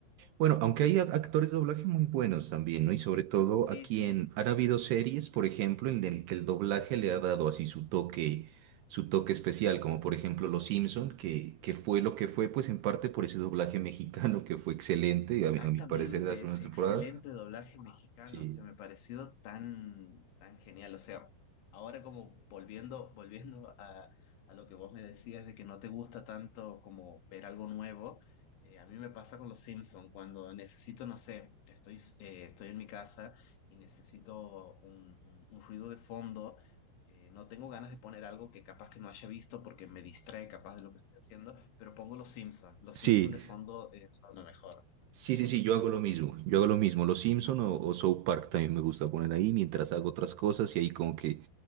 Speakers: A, on the right (about 75°); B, on the left (about 75°).
A: Bueno, aunque hay a- actores de doblaje muy buenos también, ¿no? Y sobre todo
B: Sí,
A: aquí
B: sí.
A: en... Han habido series, por ejemplo, en el que el doblaje le ha dado así su toque, su toque especial, como por ejemplo Los Simpson, que, que fue lo que fue, pues, en parte por ese doblaje <laughs> mexicano que fue excelente,
B: Exactamente,
A: a mi, a mi parecer, de las primeras
B: ese
A: temporadas.
B: excelente doblaje mexicano,
A: Sí.
B: se me pareció tan, tan genial. O sea, ahora como volviendo, <laughs> volviendo a, a lo que vos me decías de que no te gusta tanto como ver algo nuevo, eh, a mí me pasa con los Simpson, cuando necesito, no sé, estoy, eh, estoy en mi casa y necesito un, un- un ruido de fondo, eh, no tengo ganas de poner algo que capaz que no haya visto porque me distrae capaz de lo que estoy haciendo, pero pongo los Simpson. Los
A: Sí,
B: Simpson de fondo, eh, son lo mejor.
A: Sí, sí, sí, yo hago lo mismo. Yo hago lo mismo. Los Simpson o, o South Park también me gusta poner ahí mientras hago otras cosas y ahí como que,